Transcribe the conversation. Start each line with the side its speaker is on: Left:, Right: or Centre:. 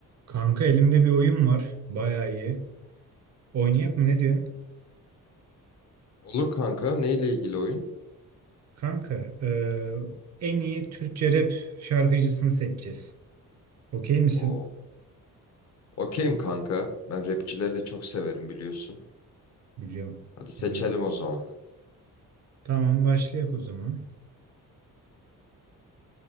Right: Kanka elimde bir oyun var. Bayağı iyi. Oynayak mı ne diyorsun?
Left: Olur kanka. Neyle ilgili oyun?
Right: Kanka eee, en iyi Türkçe rap şarkıcısını seçeceğiz. Okey misin?
Left: Oo. Okeyim kanka. Ben rapçileri de çok severim biliyorsun.
Right: Biliyorum.
Left: Hadi seçelim
Right: Biliyorum. biliyorum.
Left: o zaman.
Right: Tamam başlayak o zaman.